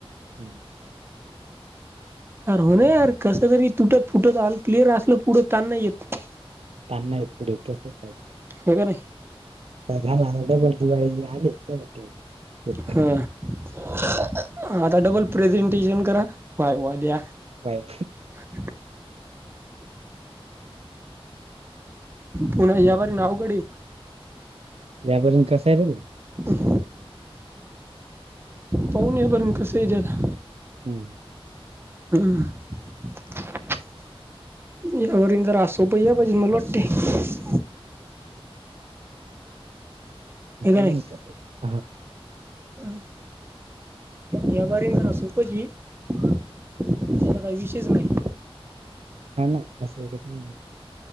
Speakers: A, on the right (about 80°); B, on the right (about 25°).
A: हम्
B: अर हो नार कसंतरी तुटत फुटत ऑल क्लिअर असलं पुढं ता नाही येत
A: तांना आहेते पुढं तसं चं पाहिजे
B: होय का नाही
A: आ झाला बर झाल <unintelligible>
B: हां आता डबल प्रेझेंटेशन करा वाय वा द्या
A: बाय
B: <inaudible> पुर्ण <unintelligible> अवघड हे.
A: <unintelligible>
B: <inaudible> पाहन बरून कस आहे जता
A: हम्म
B: हम यावरन जरा असोपय या पाहिजे मला वाटते हे
A: <unintelligible>
B: <inaudible> अ या बारी जरा सोपज ही जरा <unintelligible>
A: ह ना कस येत काय माहित.